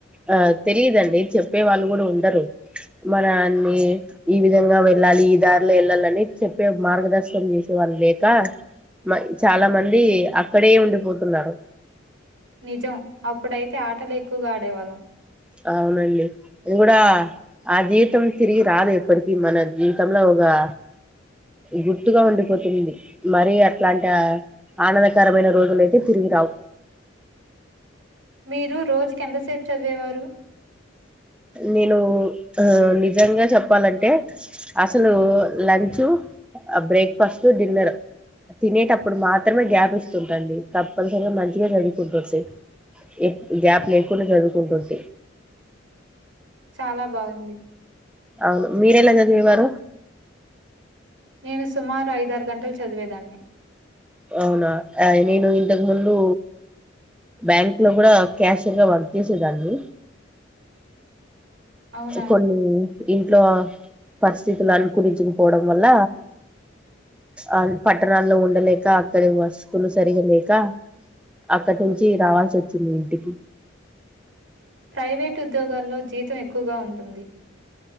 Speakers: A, in the centre; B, on the right (about 85°).
A: ఆ తెలియదండి చెప్పే వాళ్ళు కూడా ఉండరు మనన్ని ఈ విధంగా వెళ్ళాలి ఈ దారిలో వెళ్ళాలిని చెప్పే మార్గదర్శనం చేసే లేక మ చాలా మంది అక్కడే ఉండిపోతున్నారు
B: నిజం అప్పుడైతే ఆటలు ఎక్కువగా ఆడేవాళ్ళం
A: అవునండి అది కూడా ఆ జీవితం తిరిగి రాదు ఎప్పటికిీ మన జీవితంలో పోగా గుర్తుగా ఉండిపోతుంది మర అట్లాంటి ఆనందకరమైన రోజుల అయితే తిరిగి రావు
B: మీరు రోజు కింతసేపు చదివేవారు
A: నేను నిజంగా చెప్పాలంటే అసలు లంచు ఆ బ్రేక్ఫాస్ట్ డిన్నర్ తినేటప్పుడు మాత్రమే గ్యాప్ ఇస్తుంటుండి కప్పల్స్ మంచిగా చదువుకుంటు స ఎ గ్యాప్ లేకుండా చదువుకుంటుంది
B: చాలా బాగుంది
A: అవును మీరేలా చదివేవారు
B: నేను సుమారు ఐదారు గంటలు చదివేదాన్ని
A: అవునా నేను ఇంతకు ముందు బ్యాంక్ లో కూడా క్యాషియర్ గా పని వత్యసే దాన్ని
B: అవునా?
A: కొన్ని ఇంట్లో పరిస్థితులు అనుకూలించకపోవడం వల్ల ఆ పట్టణాల్లో ఉండలేక అక్కడ వస్తువులు సరిగలేక అక్కడి నుంచి రావాల్సి వచ్చింది ఇంటికి
B: ప్రైవేటు ఉద్యోగాల్లో జీతం ఎక్కువగా ఉంటుంది